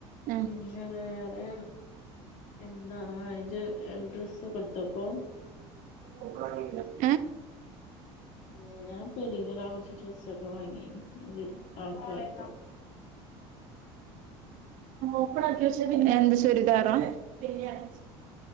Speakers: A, on the right; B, on the left.
A: ഉം
B: പിന്നെ വേറെ എന്താ ഇത് ഡ്രസ്സ്‌ ഒക്കെ എടുത്തോ പ്പോ
A: ഓപ്പണാക്കിലേ?
B: ങ്ങനാ പെരീലിടാൻ കൊറച്ചു ഡ്രസ്സ്‌ സൊക്കെ വാങ്ങിനു <unintelligible>
A: ഓപ്പണാക്കി വെച്ച പിന്നെന്താ <unintelligible> റ പിന്ന <unintelligible>